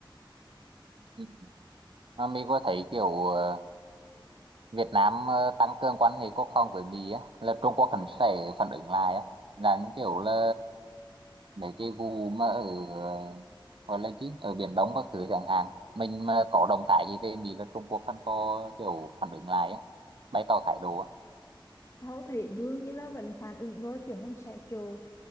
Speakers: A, on the right; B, on the left.
A: Ừ. mà Mỹ có thấy kiểu ờ, Việt Nam ờ, tăng cường quan hệ quốc phòng với Mỹ á là Trung Quốc hẳn sẽ phản ứng lại á là những kiểu là mấy cái vụ mà ở ờ, gọi là chứ ở Biển Đông các thứ chẳng hạn mình mà có động thái gì về Mỹ là Trung Quốc hẳn có kiểu phản ứng lại á bày tỏ thái độ á
B: tao thấy đương nhiên là vẫn phản ứng rồi kiểu không sẽ kiểu